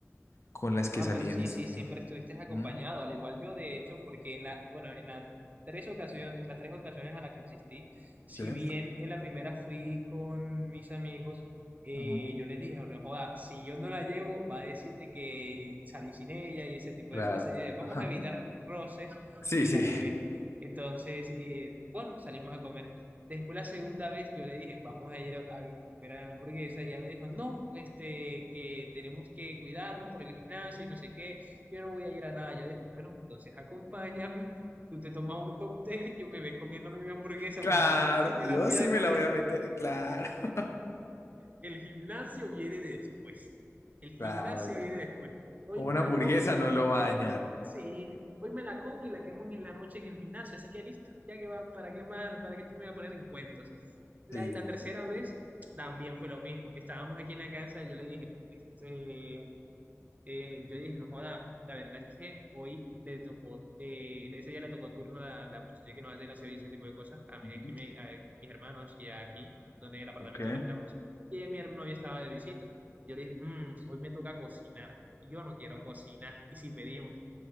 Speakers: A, on the left (about 60°); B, on the right (about 30°).
A: con las que
B: Ah,
A: salí
B: pero sí,
A: en este...
B: sí, siempre
A: ¿no?
B: estuviste acompañado,
A: Ujú.
B: al igual yo de hecho, porque en la, bueno, en las tres ocasiones, en las tres ocasiones a las que asistí, si
A: Sí,
B: bien
A: sí.
B: en la primera fui con mis amigos, eh,
A: Ujú.
B: yo les dije, no no joda, si yo no la llevo, va a decir de que salí sin ella y ese tipo
A: Claro.
B: de cosas. Y yo, vamos
A: Ajá.
B: a evitar roces
A: Sí,
B: y
A: sí.
B: la llevé. Entonces, eh, bueno, salimos a comer. Después la segunda vez yo le dije, vamos a ir a, a era hamburguesa, y ella me dijo, no, este, que tenemos que cuidarnos por el gimnasio y no sé qué, yo no voy a ir a nada. Yo dije, bueno, entonces acompáñame, tú te tomas un cóctel y yo me ves comiéndome mi hamburguesa
A: Claro,
B: porque yo sí me
A: yo
B: la voy
A: sí
B: a
A: me
B: comer.
A: la voy a meter, claro. <laughs>
B: El gimnasio viene después, el gimnasio
A: Claro, claro.
B: viene después. Hoy
A: O una
B: me
A: hamburguesa
B: la como
A: no lo va a dañar.
B: Sí, hoy me la como y la quemo en la noche en el gimnasio, así que listo, ya que va, ¿para qué más? ¿Para qué tú me vas a poner en cuentos? La,
A: Sí,
B: y la
A: sí,
B: tercera
A: sí.
B: vez también fue lo mismo. Estábamos aquí en la casa y yo le dije, este, eh, yo dije, no joda, la verdad es que hoy le tocó, eh, ese día le tocó turno a la, la muchacha que nos hace la serie y ese tipo de cosas, a mí,
A: Ujú.
B: y mi- a mis hermanos y aquí, donde el apartamento
A: Ok.
B: donde estamos, y mi novia estaba de visita. Yo le dije, "Mm, hoy me toca cocinar, yo no quiero cocinar, y si pedimos.